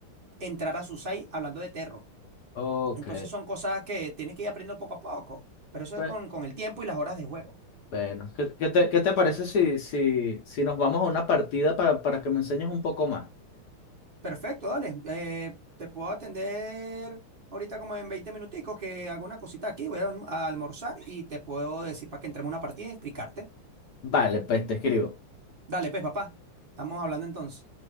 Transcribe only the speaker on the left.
Ok.
Bue-
Bueno, ¿qué, qué te, qué te parece si, si, si nos vamos a una partida para, para que me enseñes un poco más?
Vale, pues te escribo.